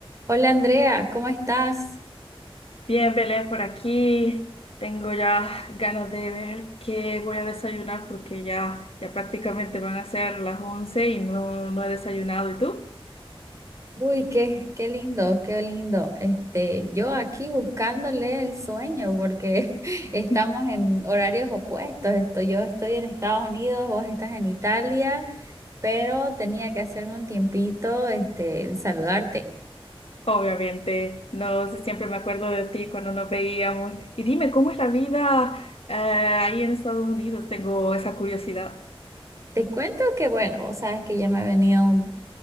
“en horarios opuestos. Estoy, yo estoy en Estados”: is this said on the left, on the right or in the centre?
Right